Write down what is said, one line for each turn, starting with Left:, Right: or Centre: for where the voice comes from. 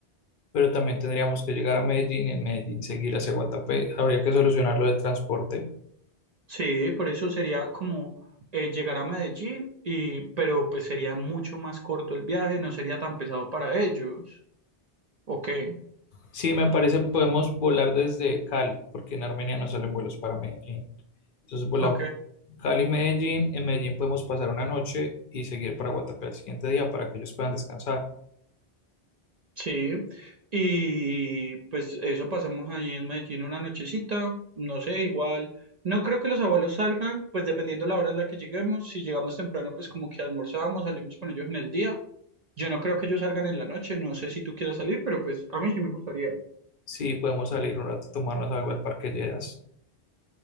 Left: pero también tendríamos que llegar a Medellín, en Medellín seguir hacia Guatapé. Habría que solucionar lo del transporte.
Right: Sí, por eso sería como eh, llegar a Medellín y, pero pues sería mucho más corto el viaje, no sería tan pesado para ellos. ¿O qué?
Left: Sí, me parece podemos volar desde Cali, porque en Armenia no salen vuelos para Medellín. Entonces volamos
Right: ¿O qué?
Left: Cali-Medellín, en Medellín podemos pasar una noche y seguir para Guatapé al siguiente día para que ellos puedan descansar.
Right: Sí, y pues eso pasamos ahí en Medellín una nochecita, no sé, igual. No creo que los abuelos salgan, pues dependiendo la hora en la que lleguemos. Si llegamos temprano, pues como que almorzábamos, salimos con ellos en el día. Yo no creo que ellos salgan en la noche, no sé si tú quieras salir, pero pues a mí sí me gustaría.
Left: Sí, podemos salir un rato a tomarnos algo al Parque Lleras.